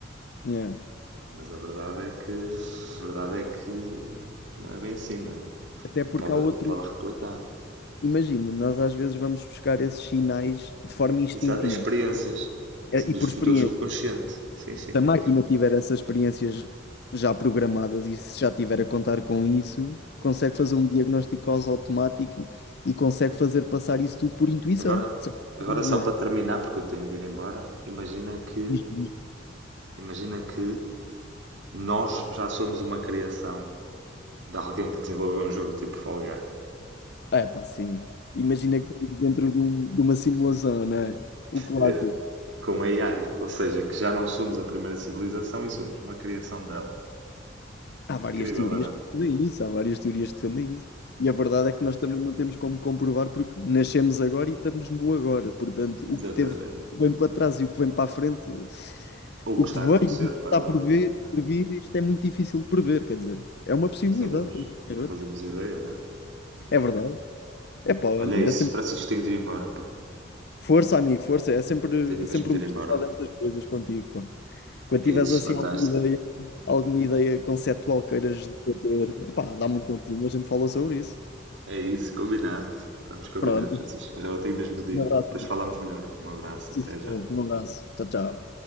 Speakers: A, on the left; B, on the right.
A: Yeah.
B: Mas a verdade é que, a verdade é que não é bem assim, não é?
A: Até porque
B: Pode,
A: há outros.
B: pode replicar.
A: Imagina, nós às vezes vamos buscar esses sinais de forma instintiva
B: Exato, as experiências
A: eh,
B: do,
A: e por
B: do
A: experiência.
B: teu subconsciente. Sim, sim.
A: Se a máquina tiver essas experiências já programadas e se já tiver a contar com isso, consegue fazer um diagnóstico quase automático e consegue fazer passar isso tudo por intuição,
B: Agora,
A: de certa
B: agora
A: forma,
B: só
A: não
B: para
A: é?
B: terminar, porque eu tenho de ir embora, imagina que,
A: Diz- diz-
B: imagina que Nós já somos uma criação de alguém que desenvolveu um jogo tipo Fall Guys,
A: É pá, sim. Imagina que estamos dentro de, um- de uma simulação, não é? O clássico.
B: eh, com AI, ou seja, que já não somos a primeira civilização e somos uma criação dela.
A: Há várias
B: Incrível,
A: teorias
B: não
A: que
B: é?
A: defendem isso, há várias teorias que defendem isso. E a verdade é que nós também não temos como comprovar porque nascemos agora e estamos no agora. Portanto,
B: Exatamente.
A: o que teve o que vem para trás e o que vem para a frente,
B: Ou
A: o
B: o que
A: que
B: está
A: veio
B: a acontecer
A: e o que
B: paralelamente,
A: está por vir,
B: não
A: por
B: é?
A: vir, isto é muito difícil de prever, quer dizer, é uma possibilidade,
B: Não sabemos,
A: como qualquer
B: não fazemos
A: outra.
B: ideia, não é?
A: É verdade. É pá, olha,
B: Olha é isso,
A: é sempre
B: Francisco, tenho de ir embora, pá.
A: força, amigo, força, é sempre,
B: Tenho
A: é
B: mesmo
A: sempre
B: de
A: um
B: ir
A: gosto
B: embora.
A: falar destas coisas contigo, pá. Quando
B: É
A: tiveres
B: isso,
A: assim
B: fantástico.
A: alguma ideia, alguma ideia conceptual queiras debater, pá, dá-me um toquezinho, a gente fala sobre isso.
B: É isso, combinado. Estamos combinados,
A: Pronto.
B: Francisco. Mas agora tenho mesmo de
A: Um
B: ir.
A: abraço.
B: Depois
A: amigo.
B: falamos melhor. Um abraço,
A: Sim,
B: até
A: senhor.
B: já.
A: Um abraço. Tchau, tchau.